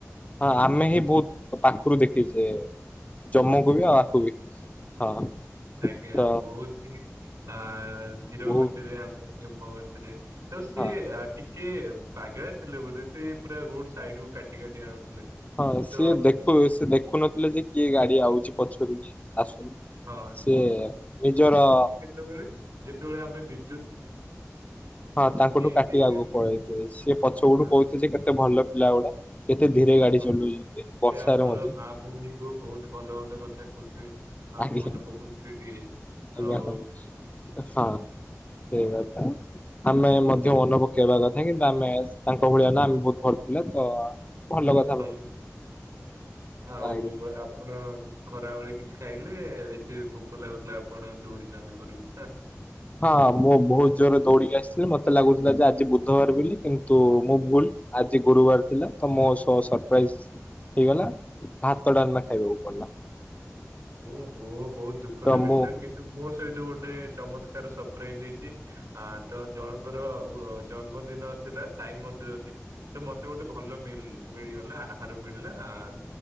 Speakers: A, on the left; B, on the right.
A: ଆମ ଆମେ ହିଁ ବହୁତ୍ ପାଖୁରୁ ଦେଖିଛେ ଜମକୁ ବି ଆଉ ଆକୁ ବି ହଁ।
B: ଆଜ୍ଞା
A: ତ
B: ବହୁତ୍ ହିଁ ଆ ଧୀର
A: ବହୁତ
B: ଗତିରେ ଆମେ ଧୁମ ଗତିରେ ତ ସେ
A: ହଁ
B: ଟିକେ ପାଗେଳା ଥିଲେ ବୋଧେ ସେ ପୁରା ରୋଡ ସାଇଟ୍ କୁ କାଟି କାଟି ଆଣୁଥିଲେ।
A: ହଁ ସିଏ
B: ତ
A: ଦେଖୁ ସେ ଦେଖୁନଥିଲେ ଯେ କିଏ ଗାଡି ଆଉଛି ପଛରୁ। ଆସୁନ
B: ହଁ
A: ସେ ନିଜର
B: ଯେତବେଳେ ଯେତେବେଳେ ଆମେ ବି
A: ହଁ ତାଙ୍କଠୁ
B: ହେଇଯାଇଥିବେ
A: କାଟି ଆଗକୁ
B: ଟିକେ।
A: ପଳେଇଥିଲୁ ସେ ପଛ ପଟୁ
B: ହଁ
A: କହୁଥିବେ ଯେ କେତେ ଭଲ ପିଲା ଗୁଡା କେତେ ଧୀରେ ଗାଡି
B: ହଁ
A: ଚଲଉଛନ୍ତି। ବର୍ଷାରେ
B: ସେ ଆମର
A: ମଧ୍ୟ
B: ମା ଭଉଣୀ କୁ ବହୁତ୍ ଭଲ ଭଲ କଥା କହୁଥିବେ? ଆଉ
A: ଆଜ୍ଞା
B: ମନେ ପକଉ ଥିବେ ଟିକେ। ଆଉ
A: ଆଜ୍ଞା ହଁ ହଁ ସେଇ କଥା। ଆମେ ମଧ୍ୟ ମନେ ପକେଇବା କଥା କିନ୍ତୁ ଆମେ ତାଙ୍କ ଭଳିଆ ନା ଆମେ ବହୁତ୍ ଭଲ ପିଲା ତ ଭଲ
B: <unintelligible>
A: କଥା
B: ଆଉ
A: ଆଜ୍ଞା
B: ଆ ଆପଣ ଖରାବେଳେ କିଛି ଖାଇଲେ ଏତେ ଭୋକ ଲାଗୁଥିଲା ଆପଣ ଦୌଡିଛନ୍ତି ଘରୁକୁ।
A: ହଁ ମୁଁ ବହୁତ୍ ଜୋରେ ଦୌଡିକି ଆସିଛି। ମତେ ଲାଗୁଥିଲା ଯେ ଆଜି ବୁଧବାର ବୋଲି କିନ୍ତୁ ମୁଁ ଭୁଲ୍ ଆଜ ଜି ଗୁରୁବାର ଥିଲା ତ ମୋ ସହ ସରପ୍ରାଇଜ୍ ହେଇଗଲା ଭାତ ଡାଲ୍ମା ଖାଇବାକୁ ପଡିଲା।
B: ଓ ହୋ ବହୁତ୍ ଦୁଃଖଦ
A: ତ
B: ବିଷୟ
A: ମୁଁ
B: କିନ୍ତୁ ମୋ ସହିତ ଗୋଟେ ଚମତ୍କାର ସରପ୍ରାଇଜ୍ ହେଇଛି ଆ ତ ଜଣଙ୍କର ୱ ଜନ୍ମଦିନ ଥିଲା ସାଇ ମନ୍ଦିର ରେ ତ ମତେ ଗୋଟେ ଭଲ ମିଲ୍ ମିଳିଗଲା ଆହାର ମିଳିଲା ଆଉ